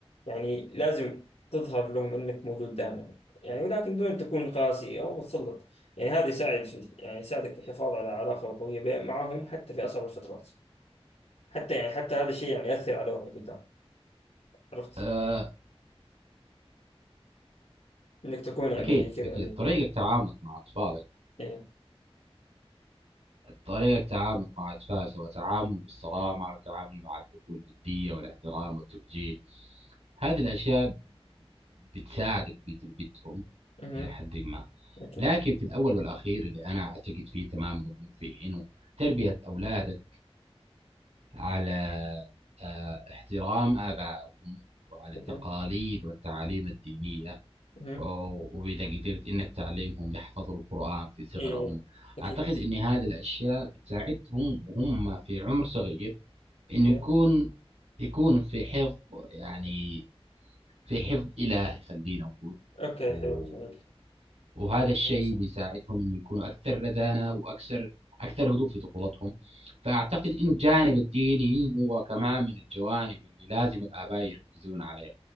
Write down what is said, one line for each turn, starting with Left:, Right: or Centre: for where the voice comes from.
Left: يعني لازم تظهر لهم إنك موجود دائما يعني ولكن دون تكون قاسي أو متسلط يعني هذا يساعد في يعني يساعدك في الحفاظ على علاقة قوية بين- معهم حتى في أصعب الفترات حتى يعني حتى هذا الشيء يعني يأثر عليهم قدام عرفت
Right: أه،
Left: إنك تكون يعني
Right: اكيد
Left: كذا
Right: اكيد
Left: إيه
Right: طريقه تعاملك مع اطفالك
Left: إيه.
Right: طريقة تعاملك مع أطفال سواء تعامل بالصرامة أو تعامل مع الحب والودية والاحترام والتوجيه هذه الأشياء بتساعدك في تربيتهم
Left: مهم.
Right: إلى حد ما
Left: أوكي
Right: لكن في الأول والأخير اللي أنا أعتقد فيه تماما مؤمن فيه إنه تربية أولادك على آه، احترام آبائهم وعلى
Left: اوكي
Right: التقاليد والتعاليم الدينية
Left: مهم.
Right: وإذا قدرت إنك تعلمهم يحفظوا القرآن في صغرهم
Left: ايه اكيد
Right: أعتقد إن هذه الأشياء بتساعدهم وهم في عمر صغير إنه
Left: اوكي
Right: يكون يكون في حفظ يعني في حفظ إلهي خلينا نقول
Left: اوكي
Right: و...
Left: حلو جميل
Right: وهذا الشيء
Left: لا صح
Right: بيساعدهم إنه يكونوا أكثر رزانة وأكثر أكثر هدوء في طفولتهم فأعتقد إنه الجانب الديني هو كمان من الجوانب اللي لازم الآباء يركزون عليها